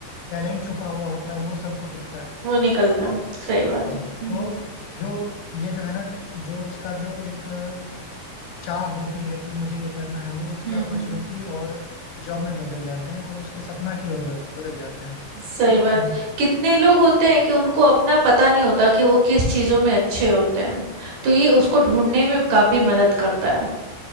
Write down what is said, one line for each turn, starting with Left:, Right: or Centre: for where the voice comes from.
Left: टैलेंट छुपा हुआ होता है वो सबको दिखता है
Right: वो निकलता
Left: तो
Right: है सही बात
Left: हाँ
Right: है हम्म
Left: तो जो ये जो है ना ट- जो उसका जो एक अ, चाह होती है कि मुझे ये करना है वो उसके
Right: हम्म
Left: अपॉर्चुनिटी
Right: हम्म हम्म
Left: और जॉब में बदल जाते हैं और उसके सपना की ओर बद- बदल जाते हैं
Right: सही
Left: तो
Right: बात। कितने लोग होते हैं कि उनको अपना पता नहीं होता कि वो किस चीज़ों में अच्छे होते हैं। तो ये उसको ढूँढने में काफ़ी मदद करता है।